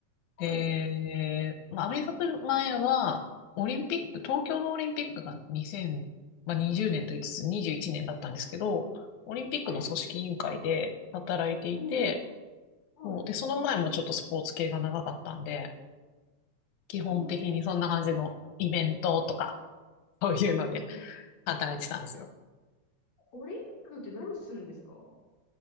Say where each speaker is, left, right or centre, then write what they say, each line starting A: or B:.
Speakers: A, on the left; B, on the left.
A: はい。
B: で、まあ、アメリカ来る前は、オリンピック、東京のオリンピックが2 0まあ、20年と言いつつ21年だったんですけど、
A: うんうん。
B: オリンピックの組織委員会で働いていて、
A: はい。もう、はい。
B: もう、で、その前もちょっとスポーツ系が長かったんで、基本的にそんな感じのイベントとか、
A: ええー
B: そういうので
A: うんうん。
B: 働いてたんですよ。
A: オリンピックって何するんですか